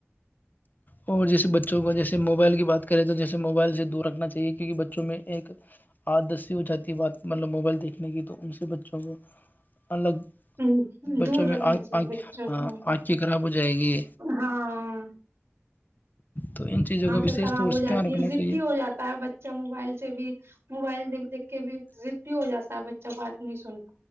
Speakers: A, on the left (about 40°); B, on the right (about 55°).
A: ہاں <unintelligible> اور جیسے بچوں کو جیسے موبائل کی بات کریں تو جیسے موبائل سے رکھنا چاہیے کیونکہ بچوں میں ایک آادسی ہو جاتی ہے بات مطلب موبائل دیکھنے کی تو ان سے بچوں کو الگ
B: ہ
A: بچوں
B: دور
A: میں
B: رکھنا
A: آنکھ
B: چاہیے بچوں کو
A: آنکھ کی خراب ہو جائے گی
B: ہاں
A: تو ان چیزوں کا
B: آنکھیں
A: وشیش
B: خراب
A: طور
B: ہو
A: سے
B: جاتی
A: دھیان رکھنا
B: ہیں
A: چاہیے
B: دی ہو جاتا ہے بچہ موبائل سے بھی موبائل دیک دیکھ کے بھی ضدی ہو جاتا ہے بچ اچ بات نہیں سنتا